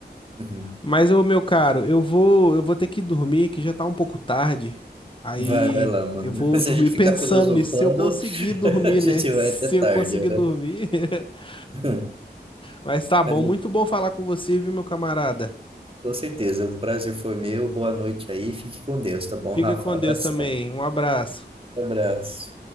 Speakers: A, on the right; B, on the left.
A: Uhum.
B: Mas ô meu caro, eu vou, eu vou ter que dormir, que já tá um pouco tarde. Aí
A: Vai, vai lá, mano.
B: eu vou
A: <laughs> Se
B: dormir
A: a gente
B: <laughs> pensando
A: ficar filosofando,
B: nisso, se eu conseguir dormir,
A: <laughs> a gente
B: né? Se
A: vai até
B: eu
A: tarde.
B: conseguir
A: uhum.
B: dormir. <laughs>
A: <laughs>
B: Mas tá bom,
A: Mas
B: muito bom falar com você, viu, meu camarada?
A: com certeza, o prazer foi meu. Boa noite aí. Fique com Deus, tá bom,
B: Fica
A: Rafa?
B: com
A: Abração.
B: Deus também. Um abraço.
A: Abraço.